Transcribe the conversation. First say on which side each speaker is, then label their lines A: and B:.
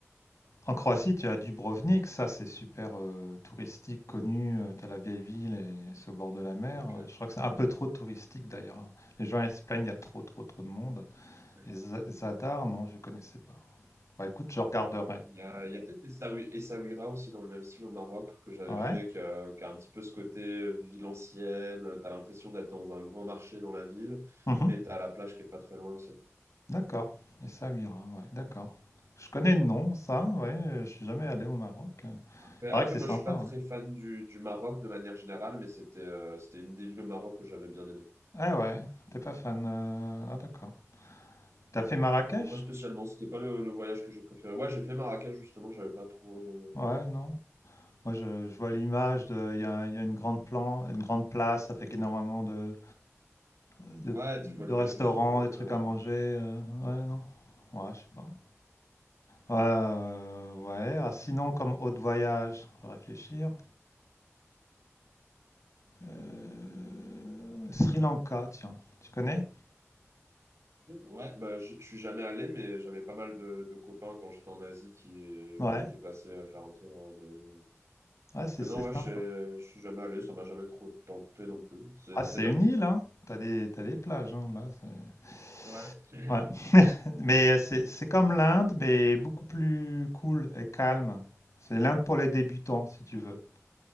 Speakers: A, on the left (about 85°); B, on the right (about 80°).
A: En Croatie, tu as Dubrovnik, ça c'est super euh, touristique, connu. tu as la vieille ville et c'est au bord de la mer.
B: Donc,
A: Je crois que c'est un peu trop touristique d'ailleurs. Les gens ils se plaignent, il y a trop, trop, trop de monde.
B: euh,
A: Et Zadar, non, je ne connaissais pas. Bah écoute, je regarderai.
B: Il y a, il y a peut-être Essaoui- Essaouira aussi dans le même style au Maroc que j'avais
A: Ouais.
B: fait, qui a, qui a un petit peu ce côté ville ancienne. T'as l'impression d'être dans un grand marché dans la ville,
A: Mhm.
B: mais t'as la plage qui est pas très loin aussi.
A: D'accord. Et Samira, ouais, d'accord. Je connais le nom, ça, ouais, euh, je suis jamais allé au Maroc. Il
B: Après,
A: paraît
B: après,
A: que c'est
B: moi,
A: sympa,
B: je suis pas très
A: ouais.
B: fan du, du Maroc de manière générale, mais c'était euh, c'était une des villes au Maroc que j'avais bien aimé.
A: Ah ouais, t'es pas fan. euh, Ah d'accord. T'as fait Marrakech?
B: Bon, pas spécialement, c'était pas le, le voyage que j'ai préféré. Ouais, j'ai fait Marrakech justement, j'avais pas trop aimé.
A: Ouais, non. Moi, je, je vois l'image de, il y a, il y a une grande plan, une grande place avec énormément de, de,
B: Ouais,
A: de
B: tu vois l'image
A: restaurants,
B: du souk en fait.
A: des trucs
B: euh,
A: à manger. euh, Ouais, non. Ouais, je sais pas. Ouais, euh, ouais. Ah, sinon, comme haute voyage, on va réfléchir. Heu, Sri Lanka, tiens, tu connais?
B: Ouais, bah, je je suis jamais allé, mais j'avais pas mal de, de copains quand j'étais en Asie qui, euh,
A: Ouais,
B: qui étaient passés à faire un tour. hein, mais...
A: ouais, c'est
B: mais
A: c'est
B: non, ouais,
A: sympa.
B: je, je suis jamais allé, ça m'a jamais trop tenté non plus. C'est-
A: Ah, c'est
B: C'était bien?
A: une île, hein. Tu des t'as des plages, hein, là, c'est
B: Ouais. <laughs>
A: ouais, <laughs> mais euh, c'est c'est comme l'Inde, mais beaucoup plus cool et calme. C'est l'Inde pour les débutants, si tu veux.